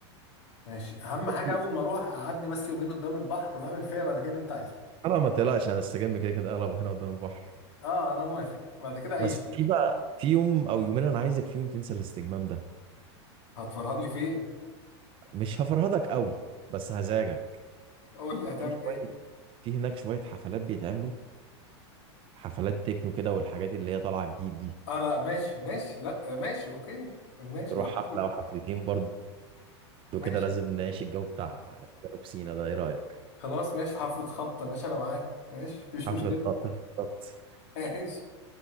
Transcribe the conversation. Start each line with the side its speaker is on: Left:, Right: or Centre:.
Left: ماشي اهم
Right: برضو
Left: حاجه اول ما اروح اقعدني بس يومين قدام البحر واعمل فيها بعد كده اللي انت عايزه
Right: انا ما تقلقش هنستجم كده كده اغلب هنا قدام البحر
Left: اه انا موافق بعد كده عيش
Right: بس
Left: يا باشا.
Right: في بقى في يوم او يومين انا عايزك فيهم تنسى الاستجمام ده
Left: هتفرهدني فين
Right: مش هفرهدك قوي بس هزعجك
Left: قول لي هتعمل
Right: في شويه
Left: ايه
Right: في هناك شويه حفلات بيتعملوا حفلات تكنو كده والحاجات اللي هي طالعه جديد دي
Left: اه لا ماشي ماشي لا ماشي اوكي ماشي
Right: نروح
Left: لو حبيت.
Right: حفلة أو حفلتين برضه لو
Left: ماشي
Right: كده لازم نعيش الجو بتاع جنوب سينا ده ايه رأيك
Left: خلاص ماشي حفله خبطه يا باشا انا معاك ماشي مفيش
Right: حفلة
Left: مشكله
Right: <laughs> خطف بالظبط
Left: <laughs> ماشي